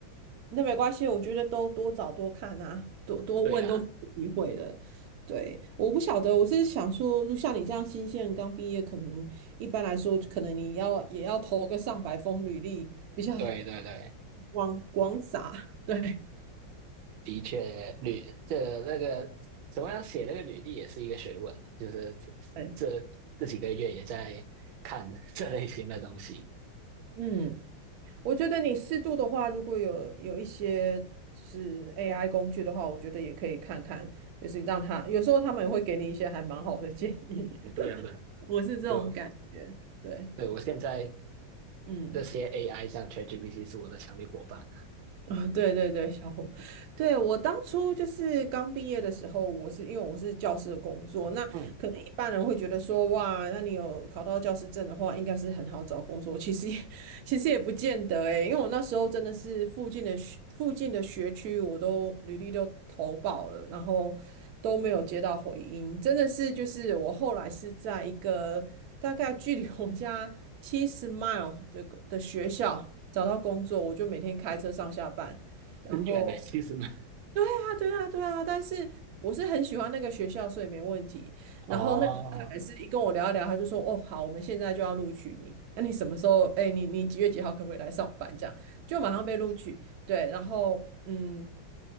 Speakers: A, on the right (about 65°); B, on the right (about 85°).
A: 那没关系，我觉得都多找多看啊，多多问都是有机会的。
B: 对呀、啊
A: 对，我不晓得，我是想说，就像你这样新鲜人刚毕业，可能一般来说，可能你要也要投个上百封履历，比较 <laughs>
B: 对对对，
A: 广广撒。对，
B: 的确，履这那个怎么样写那个履历也是一个学问的，就是
A: 对，
B: 这这这几个月也在看 <laughs> 这类型的东西。
A: 嗯。我觉得你适度的话，如果有有一些就是 AI 工具的话，我觉得也可以看看，就是让它有时候他们也会给你一些还蛮好的建议，<laughs>
B: 嗯对啊，对啊，
A: 我是这种感觉。
B: 对啊就
A: 对，
B: 对我现在
A: 嗯，
B: 这些 AI 像 ChatGPT 是我的强力伙伴。
A: 啊，对对对，小红，对我当初就是刚毕业的时候，我是因为我是教师的工作，那可能一般人会觉得说，
B: 嗯，
A: 哇，那你有考到教师证的话，应该是很好找工作，其实也其实也不见得诶，因为我那时候真的是附近的学附近的学区，我都履历都投保了，然后都没有接到回音，真的是就是我后来是在一个大概距离我家七十 mile 的公的学校找到工作，我就每天开车上下班，然后。
B: 很远的，其实呢。
A: 对啊，对啊，对啊，但是我是很喜欢那个学校，所以没问题。然后那个小孩是一跟我聊一聊，
B: 哦，
A: 他就说：“哦，好，我们现在就要录取你。那你什么时候？哎，你你几月几号可不可以来上班？这样就马上被录取。对，然后嗯，